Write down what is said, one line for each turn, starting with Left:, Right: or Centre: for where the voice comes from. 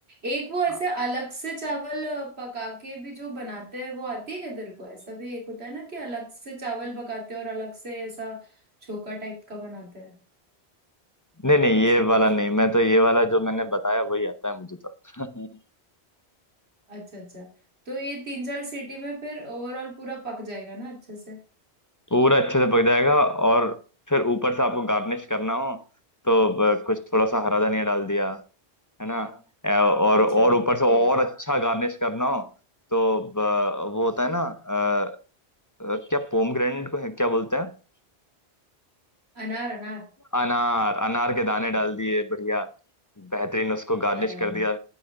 Right: एक वो ऐसे
Left: हाँ।
Right: अलग से चावल अ, पका के भी जो बनाते हैं वो आती है क्या तेरे को ऐसा भी एक होता है ना कि अलग से चावल पकाते हैं और अलग से ऐसा छोका टाइप का बनाते हैं
Left: नहीं नहीं
Right: ऐसा
Left: ये वाला
Right: कुछ
Left: नहीं मैं तो ये वाला जो मैंने बताया वही आता है मुझे तो <laughs>
Right: अच्छा अच्छा तो ये तीन चार सीटी में फिर ओवरऑल पूरा पक जाएगा ना अच्छे से
Left: पूरा अच्छे से पक जाएगा और फिर ऊपर से आपको गार्निश करना हो तो ब- कुछ थोड़ा सा हरा धनिया डाल दिया है ना ए, और
Right: अच्छा
Left: और ऊपर से
Right: ठीक
Left: और अच्छा गार्निश करना हो तो ब- वो होता है ना अ, अ, क्या पोमग्रेनेट को क्या बोलते हैं
Right: अनार अनार
Left: अनार अनार के दाने डाल दिए बढ़िया बेहतरीन उसको गार्निश
Right: अरे वाह
Left: कर दिया